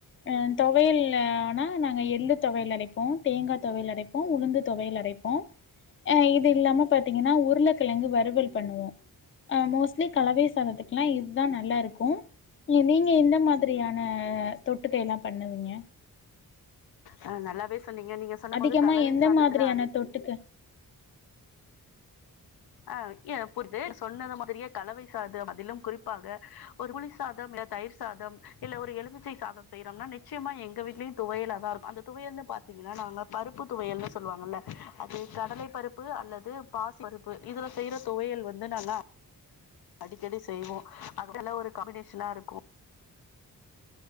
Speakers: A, on the left; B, on the left.
A: அ தொவயல் ஆனா நாங்க எள்ளு தொவையல் அரைப்போ தேங்கா தொவயல் அடைப் ப்போ உளுந்து தொவயல் அரைப்போ இது இல்லாம பாத்திங்கன்னா உருளக்கிழங்கு வறுவல் பண்ணுவொ அ மோஸ்ட்லி கலவை சாதத்துக்லா இதா நல்லாருக்கு நீங்க எந்த மாதிரியான தொட்டுக்க எல்லா பண்ணுவீங்க
B: ஆ நல்லாவே சொன்னீங்க நீங்க சொன்னும்
A: அதிகமா
B: போது கலவை
A: எந்த
B: சாதத்துல
A: மாதிரியான
B: அது
A: தொட்டுக்க
B: ஆ கியா புரிது சொன்னது மாதிரியே கலவை சாதம் அதிலும் குறிப்பாக ஒரு புளி சாதம் இல்ல தயிர் சாதம் இல்ல ஒரு எலுமிச்சை சாதம் செய்யறோம்னா நிச்சயமா எங்க வீட்லையு துவையல் ஆதா இருக்கு அது துவையல்னு பாத்தீங்கன்னா நாங்க பருப்பு துவையல் சொல்லுவாங்கல்ல அது கடலை பருப்பு அல்லது பாஸ்ஸி பருப்பு இதுல செய்யிற துவயல் வந்து நல்லா அடிக்கடி செய்வோ அது நல்ல ஒரு காம்பினேஷனா இருக்கு